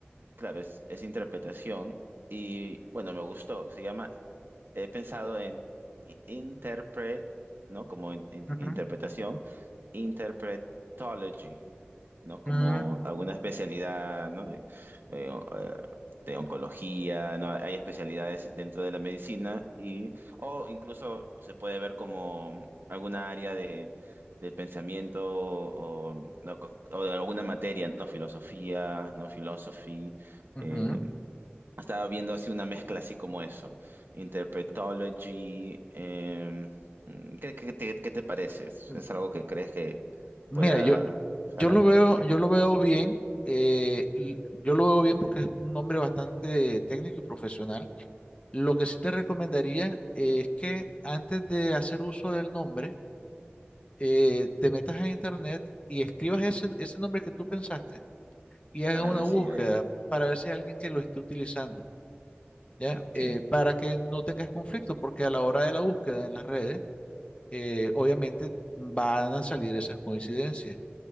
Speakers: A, on the right; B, on the left.
A: claro, es, es interpretación y bueno, me gustó. Se llama, he pensado en i- interpre, ¿no? Como in- in-
B: Ujú,
A: interpretación interpretology, ¿no? Como
B: ujú,
A: alguna especialidad, ¿no? De, eh, o- eh, de oncología, ¿no? Hay especialidades dentro de la medicina y, o incluso se puede ver como alguna área de, del pensamiento o, ¿no? co- o de alguna materia, ¿no? Filosofía, ¿no? Philosophy,
B: ujú,
A: eh,
B: ujú.
A: estaba viendo así una mezcla así como eso. Interpretology. em, mm, ¿qué, qué te, qué te parece? ¿Es
B: M-
A: algo que crees que
B: Mira,
A: pueda
B: yo,
A: jalar
B: yo lo veo,
A: gente?
B: yo lo veo bien. eh, l- yo lo veo bien porque es un hombre bastante técnico y profesional. Lo que sí te recomendaría es que antes de hacer uso del nombre, eh, te metas a internet y escribas ese, ese nombre que tú pensaste y hagas
A: Para
B: una
A: ver
B: búsqueda
A: si hay...
B: para ver si hay alguien que lo esté utilizando, ¿ya? Eh,
A: Sí,
B: para que no tengas conflicto, porque a la hora de la búsqueda en las redes, eh, obviamente van a salir esas coincidencias.